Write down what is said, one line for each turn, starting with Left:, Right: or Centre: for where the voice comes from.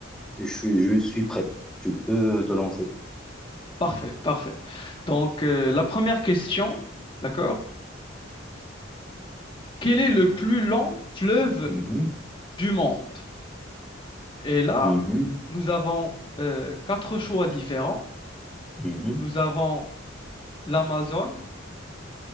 Centre: Je, suis- je suis prêt. Tu peux te lancer.
Left: Parfait, parfait. Donc, euh, la première question, d'accord? Quel est le plus long fleuve
Centre: Mhm,
Left: du monde? Et là,
Centre: mhm,
Left: nous avons euh, quatre choix différents.
Centre: mhm.
Left: Nous avons l'Amazone,